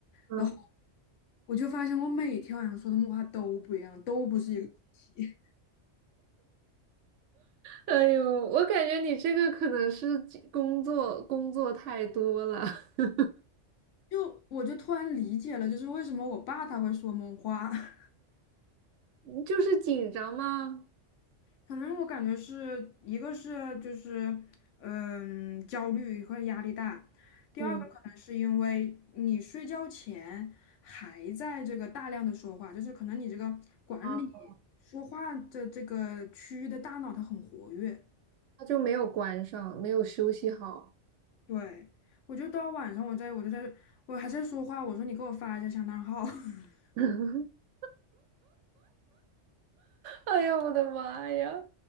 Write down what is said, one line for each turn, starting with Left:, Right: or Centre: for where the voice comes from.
Right: 嗯，
Left: 然后我就发现我每天晚上说的梦话都不一样，都不是一个主题，
Right: 哎呦，我感觉你这个可能是紧工作工作太多了，<laughs>
Left: <laughs> 就我就突然理解了，就是为什么我爸他会说梦话。<laughs>
Right: 你就是紧张吗？
Left: 可能我感觉是一个是就是嗯焦虑和压力大，第二个可能是因为你睡觉前还在这个大量的说话，
Right: 嗯
Left: 就是可能你这个管理
Right: 啊，
Left: 说话的这个区域的大脑它很活跃，
Right: 他就没有关上，没有休息好。
Left: 对，我就到晚上我在我就在我还在说话，我说你给我发一下香囊号。<laughs>
Right: <laughs> 哎呀，我的妈呀，